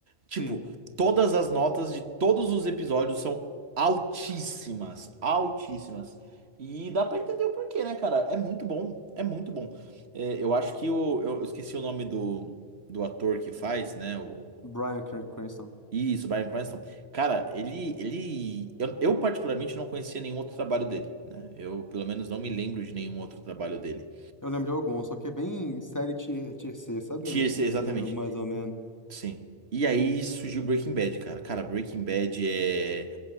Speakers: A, on the right; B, on the left.
A: Tipo,
B: Sim.
A: todas as notas de todos os episódios são altíssimas, altíssimas. E dá pra entender o porquê, né, cara? É muito bom, é muito bom. É, eu acho que o, eu, eu esqueci o nome do, do ator que faz, né? O,
B: Bryan Cran- Cranston.
A: isso, Bryan Cranston. Cara, ele, ele, eu, eu particularmente não conhecia nenhum outro trabalho dele, né? Eu, pelo menos, não me lembro de nenhum outro trabalho dele.
B: Eu lembro de alguns, só que é bem série tier, tier C, sabe?
A: Tinha
B: Um filmezinho
A: esse- exatamente.
B: mais ou menos.
A: Sim. E aí surgiu Breaking Bad, cara. Cara, Breaking Bad é